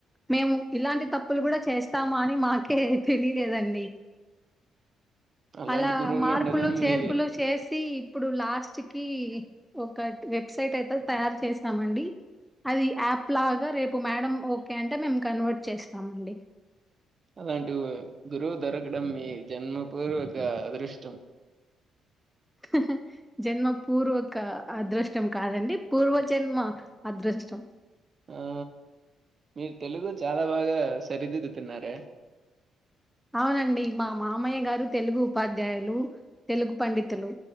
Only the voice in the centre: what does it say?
మేము ఇలాంటి తప్పులు కూడా చేస్తామా అని మాకే తెలియలేదండి
అలా
మార్పులు
చేర్పులు
చేసి ఇప్పుడు లాస్ట్ ఒక వెబ్సైట్ అయితే తయారు చేసినామండి అది యాప్ లాగా రేపు మేడం ఓకే అంటే మేము కన్వర్ట్ చేస్తామండి
ఆ జన్మ పూర్వక అదృష్టం కాదండి పూర్వ జన్మ అదృష్టం
అవునండి మా మామయ్య గారు తెలుగు ఉపాధ్యాయులు తెలుగు పండితులు